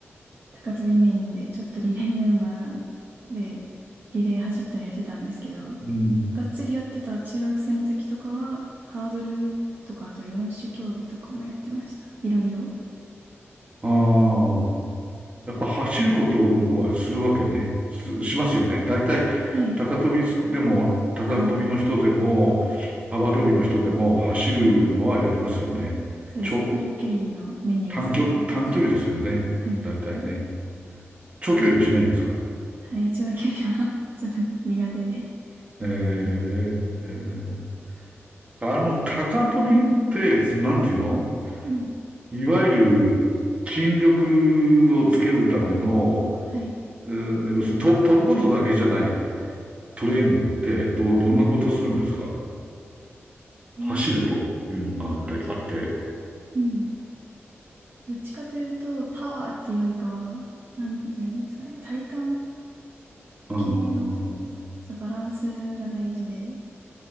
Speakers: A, on the right (about 45°); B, on the right (about 25°).
A: 高跳びメインで、ちょっとリレーメンバーで、リレー走ったりはしてたんですけど、
B: うん
A: がっつりやってた中学生の時とかは、ハードルとか、あと4種競技とかもやってました。いろいろ。
B: あ
A: うん。
B: あ、やっぱ走ることはするわけね。す、しますよね。大体、
A: はい。
B: 高跳びでも、高跳びの人でも、
A: ああ、
B: 幅跳びの人でも、走るのはやりますよね。
A: うん。そうですね。
B: ちょ、
A: 短距離のメニューをさせられます。
B: 短距、短距離ですよね。
A: はい。
B: 大体ね。長距離はしないんですか
A: はい、長距離は <laughs> ちょっと苦手で。
B: ええええ
A: え
B: あの、高飛びって、なんていうの
A: ーうん。
B: いわゆる筋力をつけるための、
A: はい。
B: えー要するにと飛ぶことだけじゃないトレーニングって、ど、どんなことするんですか
A: うん。えー、
B: 走るというのがあって、
A: なんかと、
B: あって、
A: うん。どっちかというと、パワーっていうよりかは、なんていうんですかね、体幹
B: あー
A: 系のそうバランスが大事で、